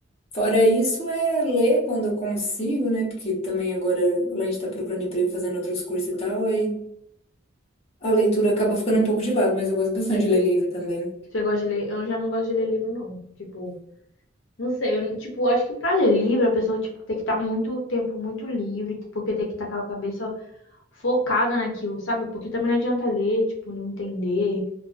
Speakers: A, on the left; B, on the left.
A: Fora isso, é ler quando eu consigo, né? Porque também agora, além de estar procurando emprego, fazendo outros cursos e tal, aí a leitura acaba ficando um pouco de lado, mas eu gosto bastante de ler livro também.
B: Você gosta de ler? Eu já não gosto de ler livro, não. Tipo, Não sei, eu, não- tipo, acho que pra ler livro, a pessoa, tipo, tem que estar muito tempo muito livre, porque tem que estar com a cabeça focada naquilo, sabe? Porque também não adianta ler, tipo, não entender.